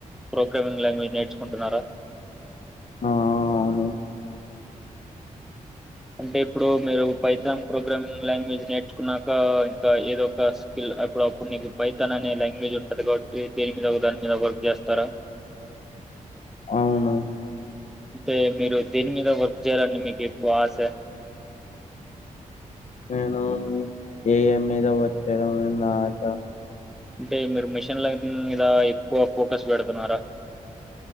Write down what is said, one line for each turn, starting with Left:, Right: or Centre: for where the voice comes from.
Centre: ప్రొకమింగ్ లాంగ్వేజ్ నేర్చుకుంటున్నారా
Left: ఆ ఆ అవును
Centre: అంటే ఇప్పుడు మీరు పైతాం ప్రోగ్రామింగ్ లాంగ్వేజ్ నేర్చుకున్నాక ఇంకా ఏదో టాస్కిల్ ఎప్పుడప్పుడు నీకు పైతాన్ అనే లాంగ్వేజ్ ఉంటుంది కాబట్టి దేని మీద ఒక దాని మీద వర్క్ చేస్తారా
Left: అవును
Centre: అంటే మీరు దేని మీద వర్క్ చేయాలని మీకు ఎక్కువ ఆస
Left: నేను ఎమ్ మీద వర్క్ చేదామనని ఆశ
Centre: అంటే మీరు మిషన్ లైఫ్ హుమ్ మీద ఎక్కువ ఫోకస్ బెడుతున్నారా